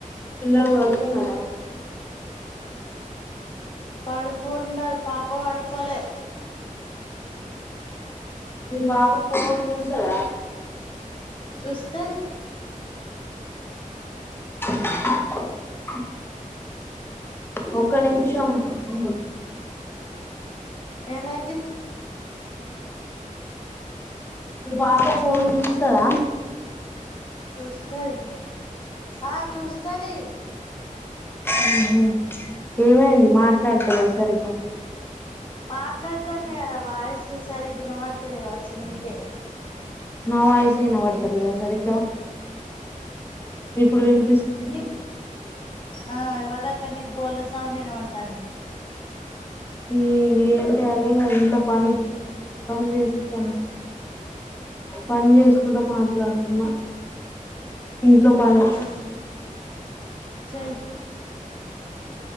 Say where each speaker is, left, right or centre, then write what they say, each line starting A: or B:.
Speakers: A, on the left; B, on the left.
A: పిల్లలు పడుకున్నారా
B: పడుకున్నారు పాప పడుకోలే
A: ఇ బ ఫోన్ చూస్తాడా
B: చూస్తది
A: <inaudible> ఒక నిమిషం ఉండు
B: ఏమైంది
A: మీ పాప ఫోన్ చూస్తాద
B: చూస్తది ఆ చూస్తది
A: ఆహ ఏమైంది మాట్లాడతలెవ్ సరిగా
B: మాట్లాడతన కదా వాయిస్ సరిగా ఇనపడ్త లేద్గవచ్ నీకే
A: నా వాయిస్ ఇనబడ్ లేదా సరిగ్గా ఇప్పుడు విను
B: నిప్ ఆ ఇవాళక్ కాని బోళ్ళ సౌండ్ ఇనపడతాంది
A: మీ ఏంటినే నా పని పని చేస్తున్న పని చేసుకుంట మాట్లాడుతున్నా ఇంట్లో పని
B: ఆహా చెయ్